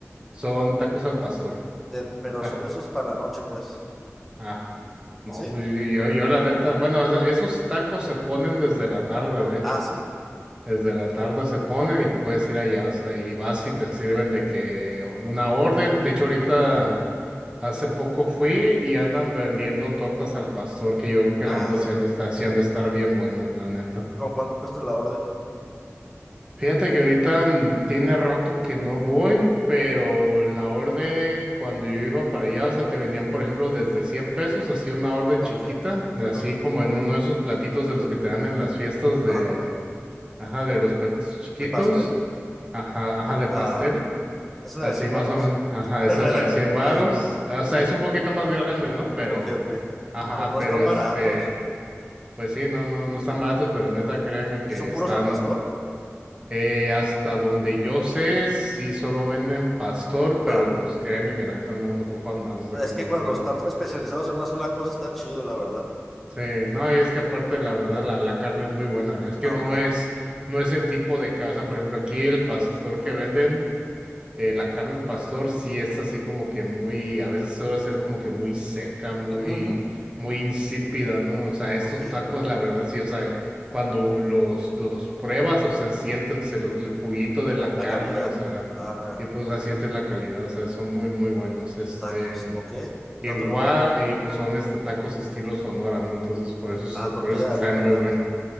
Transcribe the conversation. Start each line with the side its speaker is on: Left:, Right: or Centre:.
Right: son tacos al pastor.
Centre: De- pero son
Right: <laughs>
Centre: esos para la noche, pues,
Right: Ah, no,
Centre: ¿sí?
Right: pues yo, yo, yo la neta, bueno, o sea, esos tacos se ponen desde la tarde, de hecho.
Centre: Ah, sí.
Right: Desde la tarde se ponen y puedes ir allá, o sea, y vas y te sirven de que una orden. De hecho,
Centre: Ajá.
Right: ahorita hace poco fui y andan vendiendo tortas al pastor, que yo creo que
Centre: Ah,
Right: la neta sí han de estar, sí han de estar bien buenas, la neta.
Centre: ¿con cuánto cuesta la orden?
Right: Fíjate que ahorita n- tiene rato que no voy, pero la orden cuando yo iba para allá, o sea, te vendían, por ejemplo, desde 100 pesos, así una orden
Centre: Ok,
Right: chiquita, de
Centre: ajá,
Right: así como en uno de esos platitos de los que te dan en las fiestas de,
Centre: ándale.
Right: ajá, de los platitos chiquitos,
Centre: ¿De pastel?
Right: ajá, ajá, de pastel,
Centre: Ah, ¿es la
Right: así
Centre: de 100
Right: más
Centre: varos?
Right: o menos, ajá, esa
Centre: <laughs>
Right: es la de 100 varos, o sea, es un poquito más grande, ¿no? Pero,
Centre: Ok, ok.
Right: ajá,
Centre: Pues no
Right: pero
Centre: están
Right: este,
Centre: baratos.
Right: pues sí, no, no, no están baratos, pero neta, créeme que
Centre: ¿Y son
Right: están.
Centre: puros al pastor?
Right: Eh, hasta donde yo sé, sí solo venden pastor, pero
Centre: Va.
Right: pues créeme que la neta no, no ocupan más, o sea, con,
Centre: Es que
Right: lo-
Centre: cuando
Right: con
Centre: están
Right: los de...
Centre: especializados en una sola cosa está chido, la verdad.
Right: Sí, no, y es que aparte la verdad la, la carne es muy buena, es que
Centre: Ah,
Right: no
Centre: ok.
Right: es, no es el tipo de casa, por ejemplo, aquí el pastor que venden eh, la carne al pastor sí es así como que muy, a veces suele ser como que muy seca, muy,
Centre: Ujú, ujú.
Right: muy insípida, ¿no? O sea, estos
Centre: Ok.
Right: tacos, la verdad sí, o sea, cuando los, los pruebas, o sea, sientes
Centre: Mm.
Right: el, el juguito de la carne,
Centre: La calidad.
Right: o sea,
Centre: Ah, real.
Right: y pues, o sea, sientes la calidad, o sea, son muy, muy buenos. Este,
Centre: Tacos. Ok.
Right: igual,
Centre: ¿Qué otro lugar?
Right: y pues son este tacos estilo Sonora, ¿no? Entonces, por eso, es-
Centre: Ah, tortilla
Right: por eso es
Centre: de
Right: que
Centre: harina
Right: saben
Centre: grande.
Right: muy buenos.